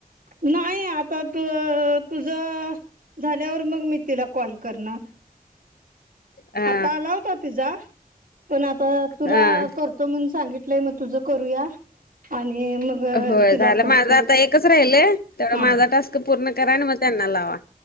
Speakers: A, on the right; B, on the left.
A: नाही आता तू तुझं झाल्यावर मग मी तिला कॉल करणार
B: अ
A: आतां आला होता तिचा पण आता तुला
B: हा हा
A: कर करतो म्हणून सांगितलयं मग तुझं करूया आणि मग
B: होय
A: तिला
B: झालं
A: करतो
B: माझं आता एकच राहिलय तेवढं
A: हा
B: माझा टास्क पूर्ण करा आणि मग त्यांना लावा.